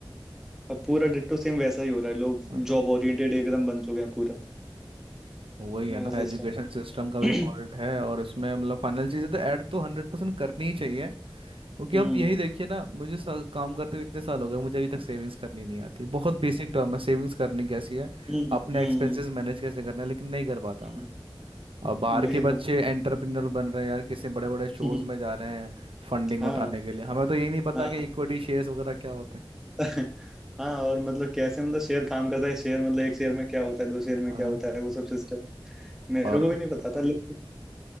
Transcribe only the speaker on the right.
वो तो
वही
है ना
एजुकेशन सिस्टम का भी
फॉल्ट है और इसमें मतलब फाइनल चीज़ें तो ऐड तो हंड्रेड परसेंट करनी ही चाहिए क्योंकि
अब यही देखिए ना मुझे सा, काम करते हुए इतने साल हो गए मुझे अभी तक सेविंग्स करनी नहीं आती बहुत बेसिक टर्म है सेविंग्स करनी कैसी है
अपने
एक्सपेंसेस मैनेज कैसे करना है लेकिन नहीं कर पाता
मैं और बाहर
के बच्चे
एंटरप्रेन्योर बन रहे हैं यार किसी बड़े बड़े शोज
में जा रहे हैं फंडिंग
उठाने के लिए हमें तो यही नहीं पता
कि इक्विटी शेयर्स वगैरह क्या होते हैं
और
और-